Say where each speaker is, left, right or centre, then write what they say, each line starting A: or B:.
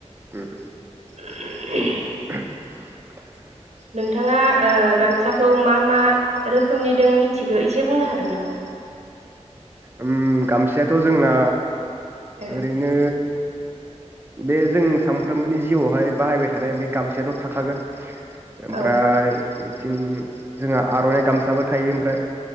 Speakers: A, on the right (about 20°); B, on the right (about 65°).
A: <unintelligible> उम ओ
B: <inaudible>
A: <inaudible>
B: नोंथाङा ओ गामसाखौ मा मा रोखोमनि दं मिथिगौ एसे बुंनो हागोन नामा?
A: ओम गामसायाथ' जोंना
B: ओ
A: ओरैनो बे जों सानफ्रोमबोनि जिउआवहाय बाहायबाय थानाय बे गामसायाथ थाखागोन। ओमफ्राय
B: औ
A: होम जोंहा आरनाइ गामसाबो थायो ओमफ्राय